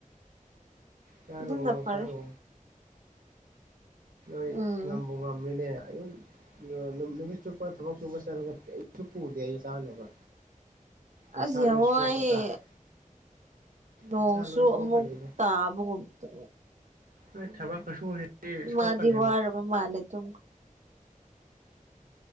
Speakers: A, on the right; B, on the right.
A: ꯆꯔ
B: ꯑꯗꯨꯅ ꯐꯔꯦ
A: ꯁꯔꯨ ꯅꯣꯏ
B: ꯎꯝ
A: ꯁꯤ ꯌꯥꯝ ꯕꯉꯝꯃꯤꯅꯦ ꯑꯌꯨꯛ ꯅꯨꯃꯤꯠ ꯆꯨꯞꯄ ꯊꯕꯛ ꯆꯨꯕ ꯆꯠꯂꯒ ꯑꯩ ꯆꯨꯞꯄ ꯎꯗꯦ ꯑꯩ ꯆꯥꯅꯕ ꯅꯁꯥ
B: ꯑꯁꯤꯁꯦ
A: ꯂꯣꯏ ꯁꯣꯛꯄ
B: ꯋꯥꯌꯦ
A: ꯇꯥꯔꯦ
B: ꯅꯣꯡꯁꯨ
A: ꯅꯁꯥ ꯂꯣꯏ ꯁꯣꯛꯀꯅꯤꯗ
B: ꯑꯃꯨꯛ ꯇꯥꯕꯒꯨꯝꯗ
A: ꯅꯣꯏ
B: ꯎꯝ
A: ꯊꯕꯛ ꯈꯨꯁꯨꯁꯤꯗꯤ
B: ꯏ
A: ꯁꯣꯛꯀꯅꯦꯕ
B: ꯃꯥꯗꯤ ꯋꯥꯔ ꯃꯥꯂꯦ ꯇ